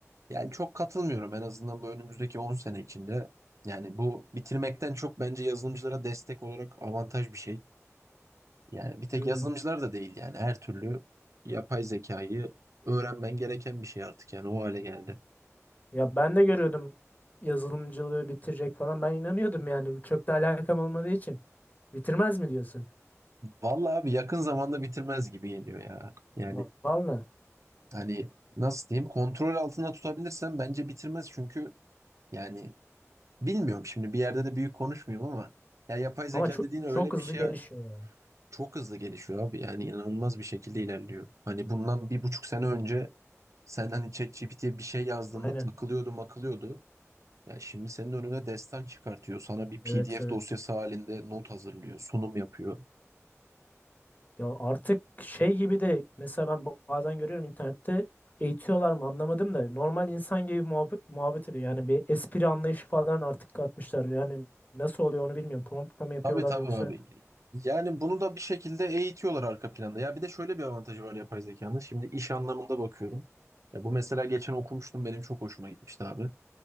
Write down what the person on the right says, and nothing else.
yani çok katılmıyorum en azından bu önümüzdeki 10 sene içinde. Yani bu bitirmekten çok bence yazılımcılara destek olarak avantaj bir şey. Yani bir tek
yazılımcılar da değil yani her türlü yapay zekayı öğrenmen gereken bir şey artık yani o hale geldi.
Vallahi abi yakın zamanda bitirmez gibi geliyor ya. Yani
Hani nasıl diyeyim kontrol altında tutabilirsem bence bitirmez çünkü yani bilmiyorum şimdi bir yerde de büyük konuşmuyorum ama ya yapay zeka
dediğin öyle
bir şey
hani
çok hızlı gelişiyor abi yani inanılmaz bir şekilde ilerliyor. Hani bundan bir buçuk sene önce sen hani ChatGPT'ye bir şey yazdığında
takılıyordu makılıyordu. Ya şimdi senin önüne destan çıkartıyor. Sana bir
PDF
dosyası halinde not hazırlıyor, sunum yapıyor.
Tabii tabii
abi. Yani bunu da bir şekilde eğitiyorlar arka planda. Ya bir de şöyle bir avantajı var yapay zekanın. Şimdi iş anlamında bakıyorum. Ya bu mesela geçen okumuştum benim çok hoşuma gitmişti abi.